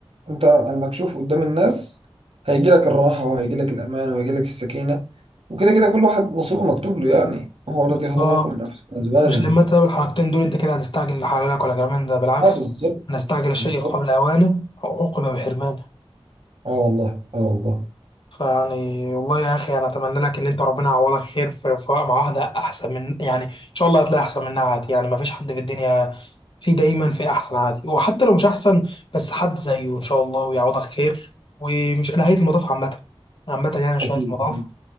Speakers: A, on the right; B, on the left.
A: انت المكشوف قدام الناس هيجي لك الراحة وهيجي لك الامان وهيجي لك السكينة وكده كده كل واحد نصيبه مكتوب له يعني هو الذي
B: بالظبط
A: خلق لكم من انفسكم ازواجا
B: مش لما انت تعمل الحركتين دول انت كده هتستعجل لحلالك ولا كمان ده بالعكس
A: اه بالظبط
B: نستعجل الشيء
A: بالظبط
B: قبل اوانه عقب بحرمانه
A: اه والله اه والله
B: فيعني والله يا اخي انا اتمنى لك ان انت ربنا يعوضك خير في في مع واحده احسن من يعني ان شاء الله هتلاقي احسن منها عادي يعني ما فيش حد في الدنيا في دايما في احسن عادي وحتى لو مش احسن بس حد زيه ان شاء الله ويعوضك خير ومش نهايه المطاف عامه عامه يعني مش
A: اكيد
B: نهايه المطاف
A: اكيد